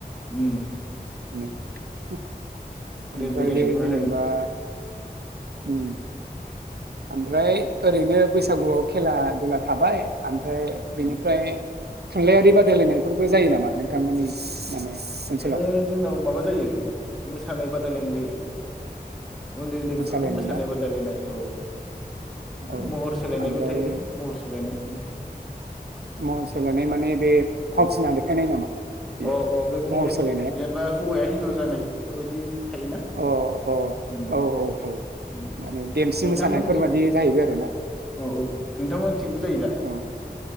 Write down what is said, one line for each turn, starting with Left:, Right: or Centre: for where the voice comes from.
Centre: उम
Right: इनो हो आमफ्राय
Centre: रेजें रेजेंफोराहाय
Right: जेनेबा
Centre: उम
Right: उम आमफ्राय ओरैनो बैसागुआव खेला दुला थाबाय आम फ्राय बेनिफ्राय
Centre: उम
Right: थुनलाइयारि बादायलायनायफोरबो जायो नामा नोंथांमोननि माने ओनसोलाव
Centre: माने जोंनाव माबा जायो मोसानाय बादायलायनाय जायो। उन्दै उन्दै
Right: मोसालायनाय
Centre: गथ'फोरनि मोसानाय
Right: ना
Centre: बादायलायनाय औ माय
Right: औ
Centre: महर सोलायनायबो
Right: ओमफ्राय
Centre: थायो महर सोलायनाय उम
Right: महर सोलायनाय माने बे
Centre: उम
Right: फावथिना देखायनाय नामा बे
Centre: औ औ बे मह
Right: महर
Centre: खौज
Right: सोलायनाया
Centre: जेनेबा हौवाया हिनजाव जानाय इफोर बादि थायोना?
Right: अ अ
Centre: उम
Right: औ औ औ
Centre: उम
Right: माने देमसि
Centre: नोंथांमोनथिम
Right: मोसानायफोरबादि जाहैबाय
Centre: औ
Right: आरोना
Centre: औ औ नोंथांमोन थिंबो जायो दा?
Right: औ